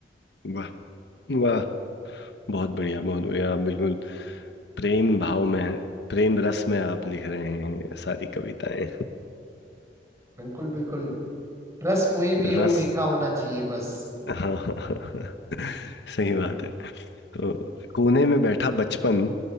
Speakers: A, on the left; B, on the right.
A: वाह वाह बहुत बढ़िया बहुत बढ़िया आप बिल्कुल प्रेम भाव में प्रेम रस में आप लिख रहे हैं सारी कविताएं
B: बिल्कुल बिल्कुल रस कोई भी हो
A: रस
B: मीठा होना चाहिए बस
A: हाँ हाँ हाँ हाँ। सही बात है तो कोने में बैठा बचपन